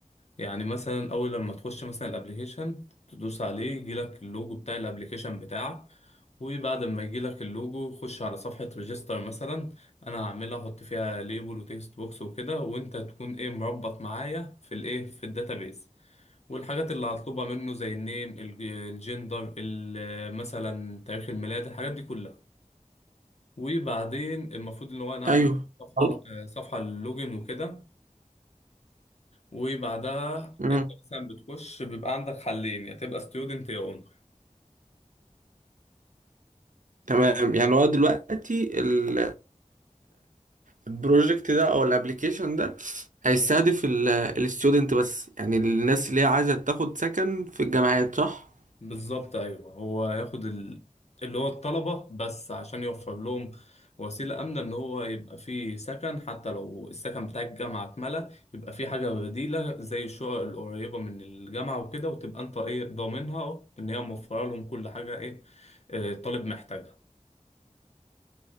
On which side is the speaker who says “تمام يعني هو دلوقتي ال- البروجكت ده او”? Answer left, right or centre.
Right